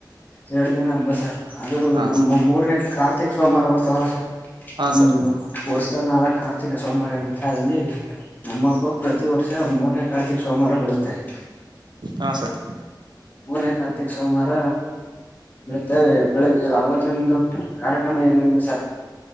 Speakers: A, on the left (about 25°); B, on the right (about 70°).
A: ಎರಡ್ ದಿನ ಹಬ್ಬ ಸರ್. ಅದು
B: ಹಾ
A: ನಮ್ಮ ಮೂರನೇ ಕಾರ್ತಿಕ್ ಸೋಮಾರ ಬರ್ತವಲ್ಲ ಸರ್
B: ಹಾ
A: ಒಂದು
B: ಸರ್
A: ವರ್ಷದಲ್ಲಿ ನಾಲ್ಕುದಿನ. ಸೋಮವಾರ ಇರುತ್ತೆ. ಅಲ್ಲಿ ನಮ್ಮಬ್ಬ ಪ್ರತಿ ವರ್ಷ ಮೂರ, ಜ <inaudible> ಸೋಮವಾರ ಬೆಳುತ್ತೆ <unintelligible>
B: ಹಾ ಸರ್
A: ಮೂರನೇ ತಾರತೀಕ್ ಸೋಮಾರ ಬಿಡ್ತೇವೆ. ಬೆಳಿಗ್ಗೆ ಅವತ್ತೊಂದು ಕಾರ್ಯಕ್ರಮ ಏನಂದ್ರ ಸರ್.